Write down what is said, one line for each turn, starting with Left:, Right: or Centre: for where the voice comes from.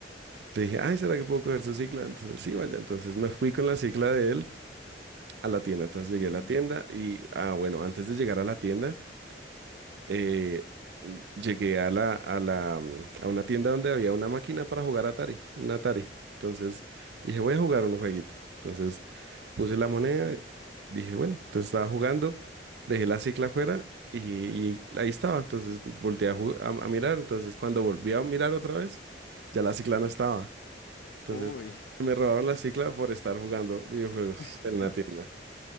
Right: Le dije, ay, ¿será que puedo coger su cicla? Entonces, sí, vaya. Entonces me fui con la cicla de él a la tienda. Entonces llegué
Left: Ujú.
Right: a la tienda y, ah, bueno, antes de llegar a la tienda, eh, mm, llegué a la, a la, mm, a una tienda donde había una máquina para jugar Atari, un Atari. Entonces dije, voy a jugar un jueguito. Entonces puse la moneda, dije, bueno, entonces estaba jugando, dejé la cicla afuera y, y ahí estaba. Entonces volteé a, ju- a a mirar. Entonces cuando volví a mirar otra vez, ya la cicla no estaba. Entonces,
Left: Uy,
Right: me robaron la cicla por estar jugando videojuegos
Left: <laughs>
Right: en la tienda.